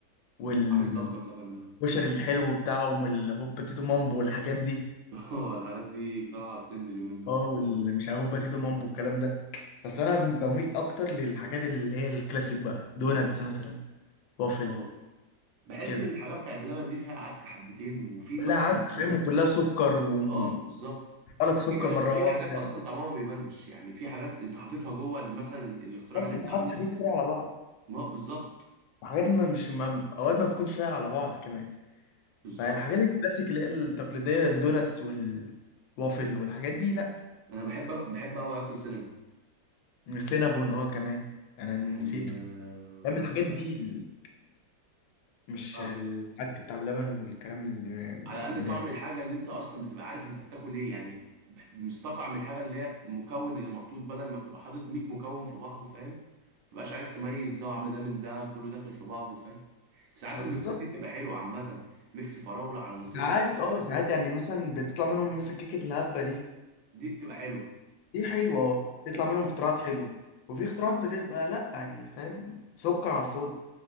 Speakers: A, on the left; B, on the right.
A: والكشري
B: عامل ضجه بلبن ده
A: الحلو بتاعهم والهوبا تيتو مامبو والحاجات دي
B: <laughs> اه الحاجات دي طالعه ترند اليومين دول
A: اه واللي مش عارف هوبا تيتو مامبو الكلام ده بس انا بميل اكتر للحاجات اللي هي الكلاسيك بقى دوناتس مثلا وافل
B: اه بحس
A: كده
B: ان الحاجات بتاعت بلبن دي فيها عك حبتين وفي
A: كلها
B: مثلا
A: عك
B: مكونات
A: فاهم وكلها سكر وقالك
B: اه بالظبط
A: سكر
B: في كم
A: مره
B: في
A: واحده
B: حاجات اصلا طعمها ما بيبانش يعني في حاجات انت حاططها جوه مثلا ال- الاختراع
A: بالظبط
B: اللي انت
A: انت حاطط
B: عامله
A: حاجات
B: ده
A: كتير على بعض
B: ما بالظبط
A: وحاجات ما مش ما اوقات ما بتكونش لايقه على بعض كمان
B: بالظبط
A: فالحاجات الكلاسيك اللي هي التقليديه الدوناتس وال وافل والحاجات دي لا
B: انا بحب بحب قوي اكل سينابون
A: سينابون اه كمان يعني انا
B: يعني
A: نسيته
B: آه،
A: فاهم
B: بالنسبه
A: الحاجات دي
B: لي
A: ال- مش
B: فعلا
A: الحاجات بتاع بلبن والكلام اللي اللي
B: على الاقل طعم
A: بيعمل
B: الحاجه اللي انت اصلا بتبقى عارف انت بتاكل ايه يعني بح- مستطعم الحاجه اللي هي المكون اللي محطوط بدل ما تبقى حاطط 100 مكون في بعضه فاهم ما تبقاش عارف تميز طعم ده من ده كله داخل في بعضه فاهم ساعات
A: ما
B: الميكسات
A: بالظبط
B: دي بتبقى حلوه عامه ميكس فراوله على نوتيلا
A: ساعات
B: على
A: اه
B: مش عارف
A: ساعات
B: ايه
A: يعني مثلا بتطلع منهم مثلا كيكة الهبة دي
B: دي بتبقى حلوه
A: دي حلوة اه بتطلع منهم اختراعات حلوة وفي اختراعات بتبقى لا يعني فاهم سكر على الفاضي